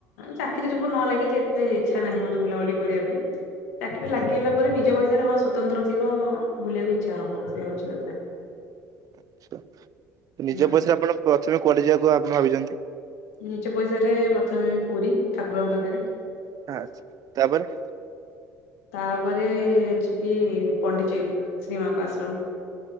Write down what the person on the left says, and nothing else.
ଚାକିରି <unintelligible> ନ ଲାଗିଛି ଏତେ ଇଛା ନାହିଁ ମୋର ବୁଲାବୁଲି କରିବା ପାଇଁ। ଚାକିରି ଲାଗିଗଲା
ପରେ, ନିଜ ପଇସାରେ ହଁ ସ୍ଵତନ୍ତ୍ର ଥିବ ବୁଲିବାକୁ ଇଛା ହବ, ସେ ହଉଛି କଥା।
ହୁଁ
ନିଜ ପଇସା ରେ ପ୍ରଥମେ ପୁରୀ, ଠାକୁରଙ୍କ ପାଖରେ।
ତାପରେ ଯିବି ପଣ୍ଡିଚେରି, ଶ୍ରୀ ମାଙ୍କ ଆଶ୍ରମ।